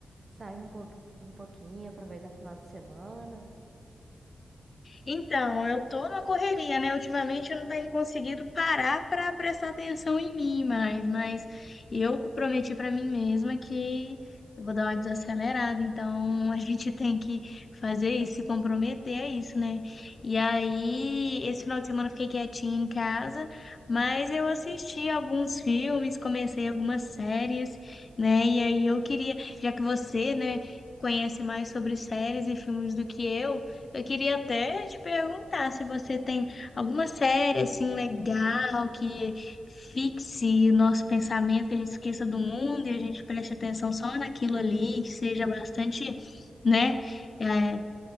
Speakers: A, on the right; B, on the left.
A: sair um pouco, um pouquinho, aproveitar o final de semana?
B: Então, eu tô na correria, né? Ultimamente eu não tenho conseguido parar para prestar atenção em mim mais, mas eu prometi para mim mesma que eu vou dar uma desacelerada, então a <laughs> gente tem que fazer isso, se comprometer a isso, né? E aí, esse final de semana eu fiquei quietinha em casa, mas eu assisti alguns filmes, comecei algumas séries, né? E aí eu queria, já que você, né, conhece mais sobre séries e filmes do que eu, eu queria até te perguntar se você tem alguma série assim legal que fixe o nosso pensamento, que a gente esqueça do mundo e a gente preste atenção só naquilo ali, que seja bastante, né, eh,